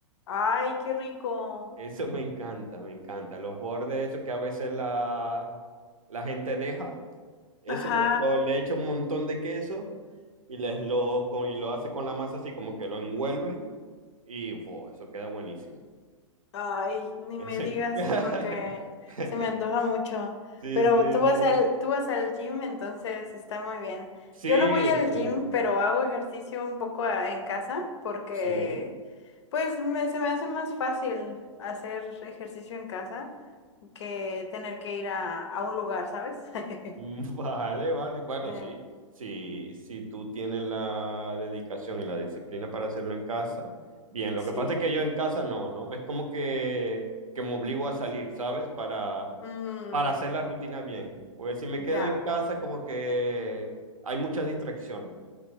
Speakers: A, on the left; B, on the right.
A: ay, qué rico.
B: Eso me encanta, me encanta. Los bordes, eso que a veces la, la gente deja, eso
A: Ajá.
B: lo, lo- le echa un montón de queso y, les lo, co- y lo hace con la masa así, como que lo envuelve y ¡fua! eso queda buenísimo.
A: Ay, ni
B: Ese-
A: me digas
B: <laughs>
A: porque se me antoja mucho.
B: Sí,
A: Pero
B: sí,
A: tú vas
B: sí.
A: al, tú vas al gym, entonces está muy bien.
B: Sí,
A: Yo no voy al
B: sí,
A: gym, pero hago ejercicio un poco a- en casa porque
B: sí.
A: pues me- se me hace más fácil hacer ejercicio en casa que tener que ir a, a un lugar, ¿sabes? <laughs>
B: Mm, <laughs> Vale, vale. Bueno,
A: Eh,
B: sí. Si si tú tienes la dedicación y la disciplina para hacerlo en casa, bien. Lo
A: Sí.
B: que pasa es que yo en casa no, ¿no? Es como que, que me obligo a salir, ¿sabes? Para,
A: Mm.
B: para hacer la rutina bien. Porque si me
A: Ya,
B: quedo en casa, como que hay muchas distracciones.